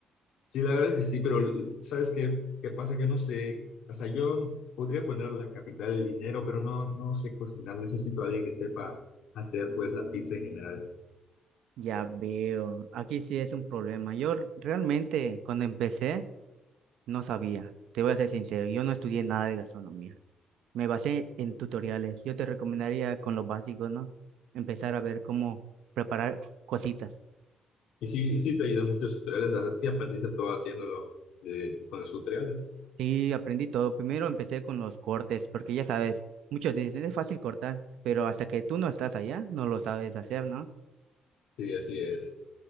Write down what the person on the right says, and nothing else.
Ya veo, aquí sí es un problema. Yo r- realmente cuando empecé no sabía, te voy a ser sincero, yo no estudié nada de gastronomía. Me basé en tutoriales. Yo te recomendaría con lo básico, ¿no? Empezar a ver cómo preparar cositas.
Y aprendí todo. Primero empecé con los cortes, porque ya sabes, muchos dicen es fácil cortar, pero hasta que tú no estás allá, no lo sabes hacer, ¿no?